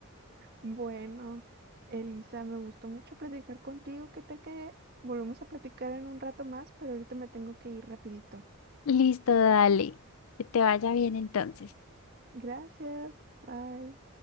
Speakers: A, on the right; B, on the left.
A: Bueno, Elisa, me gustó mucho platicar contigo. ¿Qué tal que volvemos a platicar en un rato más? Pero ahorita me tengo que ir rapidito.
B: Listo, dale. Que te vaya bien entonces.
A: Gracias. Bye.